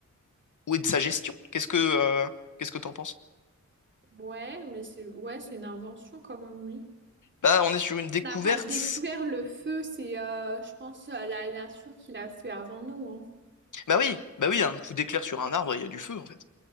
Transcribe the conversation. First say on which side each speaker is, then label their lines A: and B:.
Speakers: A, on the left; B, on the right.
A: ou et de sa gestion? Qu'est-ce que euh, qu'est-ce que t'en penses?
B: Ouais, mais c'est ouais, c'est une invention quand même, oui.
A: Bah, on est sur une découverte.
B: On n'a pas découvert le feu, c'est, euh, je pense, euh, la nature qui l'a fait avant nous. hein.
A: Bah oui, bah oui, un coup d'éclair sur un arbre, il y a du feu, en fait.